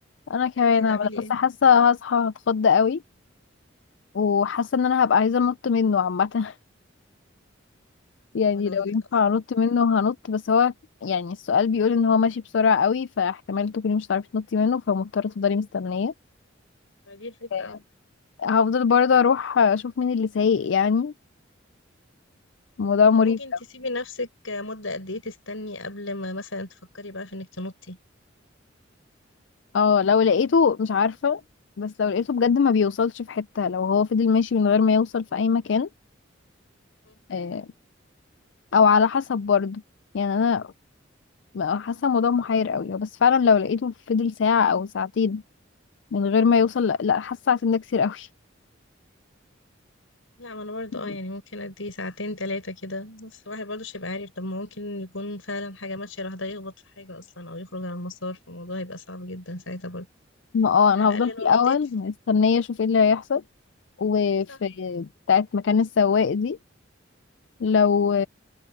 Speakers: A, on the left (about 65°); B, on the left (about 85°).
A: انا كمان
B: انتي هتعملي
A: انا
B: ايه
A: بس حاسه هصحى هتخض قوي وحاسه ان انا هبقى عايزه انط منه عامه <laughs> يعني
B: ولو
A: لو ينفع
B: اصلا
A: انط منه هنط بس هو يعني السؤال بيقول ان هو ماشي بسرعه قوي فاحتمال تكوني مش هتعرفي تنطي منه فمضطره تفضلي مستنيه
B: ما دي الفكرة
A: آه، هفضل برضه اروح اشوف مين اللي سايق يعني الموضوع مريب
B: طب ممكن
A: أوي.
B: تسيبي نفسك مدة قد ايه تستني قبل ما مثلا تفكري بقى في انك تنطي
A: اه لو لقيته مش عارفه بس لو لقيته بجد ما بيوصلش في حته لو هو فضل ماشي من غير ما يوصل في اي مكان
B: مم.
A: آه، او على حسب برضه يعني انا بقى حاسه الموضوع محير قوي بس فعلا لو لقيته فضل ساعه او ساعتين من غير ما يوصل لا, لا حاسه ساعتين ده كتير قوي
B: لا ما انا برضو
A: <laughs>
B: اه يعني ممكن قد ايه ساعتين تلاتة كده بس الواحد برضو مش هيبقى عارف طب ما ممكن يكون فعلا حاجة ماشية الواحد هيخبط في حاجة اصلا او يخرج عن المسار فالموضوع هيبقى صعب جدا ساعتها برضو
A: ما اه انا
B: على
A: هفضل
B: الاقل
A: في
B: لو
A: الاول
B: نطيت
A: مستنيه اشوف ايه اللي هيحصل وفي
B: صح
A: بتاعت مكان السواق دي لو